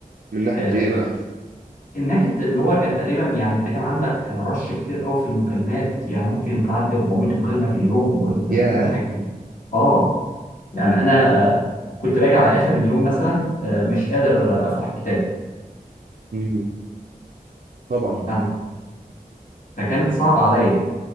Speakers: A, on the right (about 75°); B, on the left (about 60°).
A: من ناحية
B: آه،
A: إيه بقى؟
B: من ناحية إن هو كان تقريبا يعني أنت كان عندك رش كتير قوي في المكالمات يعني ممكن تعدي 400 مكالمة في اليوم وال-
A: ياه
B: والحاجات دي آه يعني أنا كنت باجي على آخر اليوم مثلا آه، مش قادر أفتح الكتاب
A: مم. طبعا
B: يعني فكانت صعبة عليا